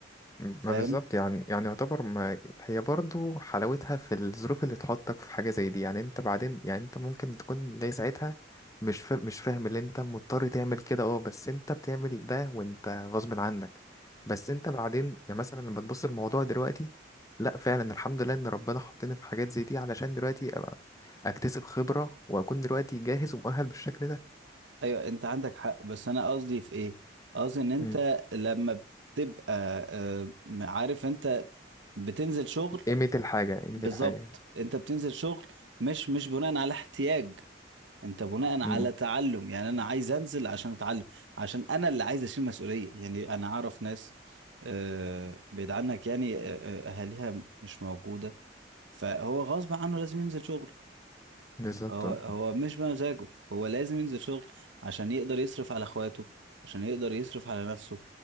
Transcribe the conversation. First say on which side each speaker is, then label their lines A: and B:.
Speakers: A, on the left; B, on the right.
A: ما
B: فاهم
A: بالظبط يعني يعني يعتبر ما هي برضو حلاوتها في الظروف اللي تحطك في حاجة زي دي يعني انت بعدين يعني انت ممكن تكون زي ساعتها مش فا... مش فاهم اللي انت مضطر تعمل كده اه بس انت بتعمل ده وانت غصب عنك بس انت بعدين يعني مثلا لما تبص الموضوع دلوقتي لا فعلا الحمد لله ان ربنا حطني في حاجات زي دي علشان دلوقتي ابقى اكتسب خبرة واكون دلوقتي جاهز ومؤهل بالشكل ده
B: ايوه انت عندك حق بس انا قصدي في ايه قصدي ان انت
A: مم.
B: لما بتبقى آه، عارف انت بتنزل شغل
A: قيمة الحاجة قيمة
B: بالظبط
A: الحاجة
B: انت بتنزل شغل مش مش بناء على احتياج انت بناء على
A: مم.
B: تعلم يعني انا عايز انزل عشان اتعلم عشان انا اللي عايز اشيل مسؤولية يعني انا اعرف ناس آه، بعيد عنك يعني آه، آه، اهاليها مش موجودة فهو غصب عنه لازم ينزل شغل
A: بالظبط
B: هو
A: اه
B: هو مش بمزاجه هو لازم ينزل شغل عشان يقدر يصرف على اخواته عشان يقدر يصرف على نفسه